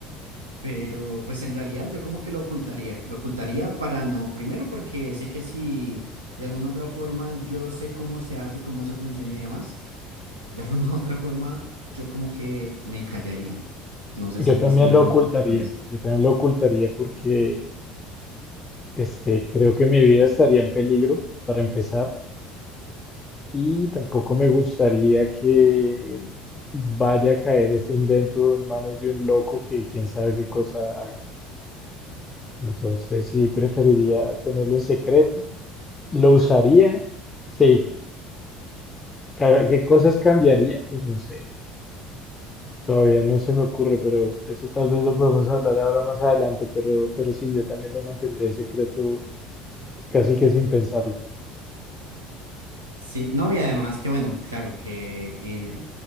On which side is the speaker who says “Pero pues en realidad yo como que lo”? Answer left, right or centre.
Right